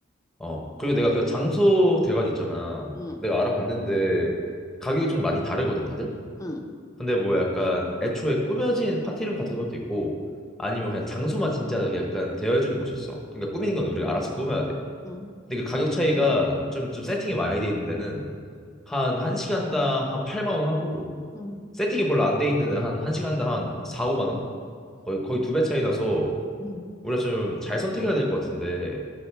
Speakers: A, in the centre; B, on the left.
A: 어. 그리고 내가 그 장소 대관 있잖아.
B: 응,
A: 내가 알아봤는데 가격이 좀 많이 다르거든, 다들?
B: 응,
A: 근데 뭐 약간 애초에 꾸며진 파티룸 같은 것도 있고 아니면 그냥 장소만 진짜 약간 대여해주는 곳이 있어. 그러니까 꾸미는 건 우리가 알아서 꾸며야 돼.
B: 응,
A: 근데 그 가격 차이가 좀, 좀 세팅이 많이 돼 있는 데는 한 1시간당 한 8만 원 하고
B: 응,
A: 세팅이 별로 안 돼 있는 데는 한 1시간당 한 4, 5만 원? 거의, 거의 두 배 차이 나서
B: 응.
A: 우리가 좀 잘 선택해야 될 것 같은데